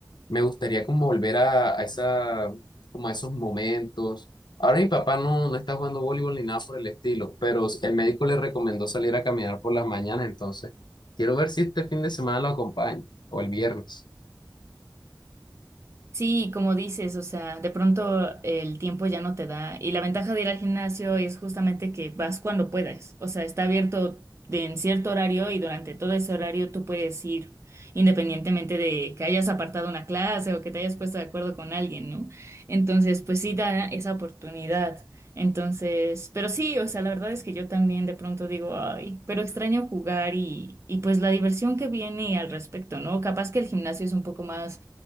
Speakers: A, on the left (about 80°); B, on the right (about 40°).
A: me gustaría como volver a, a esa, como a esos momentos. Ahora mi papá no, no está jugando voleibol ni nada por el estilo, pero el médico le recomendó salir a caminar por las mañanas, entonces quiero ver si este fin de semana lo acompaña o el viernes.
B: Sí, como dices, o sea, de pronto el tiempo ya no te da y la ventaja de ir al gimnasio es justamente que vas cuando puedas, o sea, está abierto de, en cierto horario y durante todo ese horario tú puedes ir independientemente de que hayas apartado una clase o que te hayas puesto de acuerdo con alguien, ¿no? Entonces, pues sí da esa oportunidad. Entonces, pero sí, o sea, la verdad es que yo también de pronto digo, ay, pero extraño jugar y, y pues la diversión que viene al respecto, ¿no? Capaz que el gimnasio es un poco más